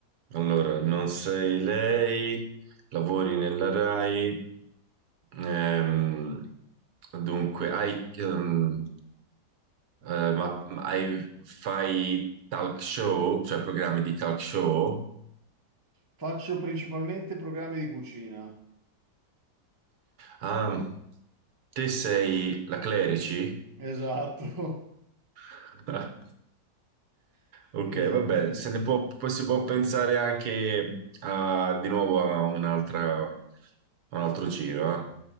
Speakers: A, on the right (about 70°); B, on the right (about 20°).
A: allora, non sei lei, lavori nella RAI, ehm, dunque, hai, ehm, eh, ma, ma hai- fai talk show, cioè programmi di talk show?
B: Faccio principalmente programmi di cucina.
A: Ah, te sei la Clerici?
B: Esatto,
A: <laughs>
B: <laughs>
A: Ok,
B: esattamente.
A: vabbè, se ne può, poi si può pensare anche a, di nuovo a un'altra, a un altro giro, eh.